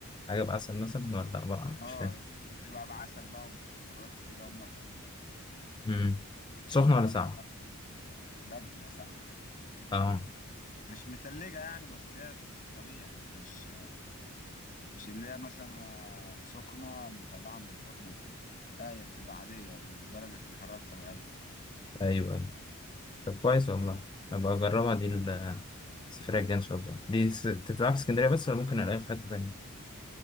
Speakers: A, on the left (about 20°); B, on the left (about 40°).
A: حاجة بعسل مثلا ولا عبارة عن إيه؟
B: اه
A: مش فاهم
B: بتبقى بعسل بقى ومكسرات وكده هم بيعملوها
A: امم سخنة
B: آه
A: ولا ساقعة؟
B: بقى. لا بتبقى ساقعة
A: أه
B: مش متلجة يعني بس هي في الطبيعي يعني مش مش اللي هي مثلا آه، سخنة مطلعة من فرن وكده لا هي بتبقى عادية لدرجة الحرارة الطبيعية
A: أيوه أيوه طب كويس
B: و...
A: والله أبقى أجربها دي ال- السفرية الجاية إن شاء الله دي س... تتلعب في اسكندرية بس ولا ممكن ألاقيها في حتة تانية؟